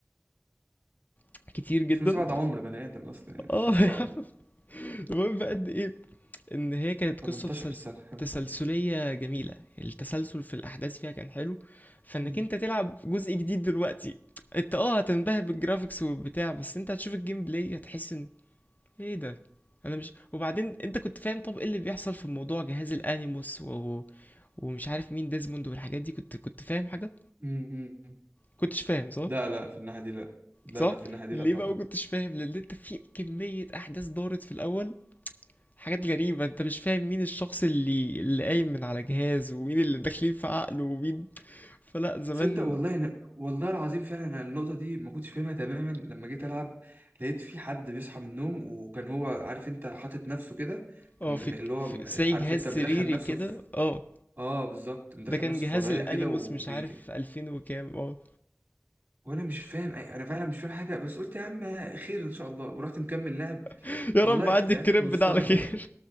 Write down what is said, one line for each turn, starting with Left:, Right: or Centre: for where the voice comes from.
Left: <laughs> كتير جدا
Right: 2007 ده
Left: بس
Right: عمر بني آدم أصلا يعني
Left: اه
Right: 2007
Left: يا عم المهم بقى قد ايه ان هي كانت
Right: 18
Left: قصة تسلس-
Right: سنة <laughs> يا نهار
Left: تسلسلية
Right: أسود
Left: جميلة التسلسل في الاحداث فيها كان حلو فانك
Right: مم.
Left: انت تلعب جزء جديد دلوقتي انت اه هتنبهر بالجرافيكس وبتاع بس انت هتشوف الجيم بلاي هتحس ان ايه ده انا مش وبعدين انت كنت فاهم طب ايه اللي بيحصل في موضوع جهاز الانيموس و... ومش عارف مين ديزموند والحاجات دي كنت كنت فاهم حاجه
Right: مم. مم.
Left: كنتش فاهم صح
Right: لا لا في الناحية دي لا لا
Left: صح
Right: لا في الناحية دي
Left: ليه
Right: لا طبعا
Left: بقى ما كنتش فاهم لان انت في كميه احداث دارت في الاول حاجات غريبه انت مش فاهم مين الشخص اللي اللي قايم من على جهاز ومين اللي داخلين في عقله ومين فلا زمان
Right: تصدق والله أنا والله العظيم فعلا أنا النقطة دي ما كنتش فاهمها تماما لما جيت ألعب لقيت في حد بيصحى من النوم وكان هو عارف أنت حاطط نفسه كده
Left: اه
Right: م-
Left: في
Right: م- اللي هو
Left: في
Right: م-
Left: في
Right: عارف
Left: زي جهاز
Right: أنت
Left: سريري
Right: مدخل نفسه
Left: كده
Right: في
Left: اه
Right: آه بالظبط مدخل
Left: ده كان
Right: نفسه
Left: جهاز
Right: في وضعية
Left: الانيموس
Right: كده وبي
Left: مش عارف 2000 وكام اه
Right: وانا مش فاهم أي- انا فعلا مش فاهم حاجه بس قلت يا عم خير ان شاء الله ورحت مكمل لعب
Left: <laughs> يا
Right: والله
Left: رب عدي
Right: لعبت
Left: الكريب
Right: نصها
Left: ده على خير
Right: تاني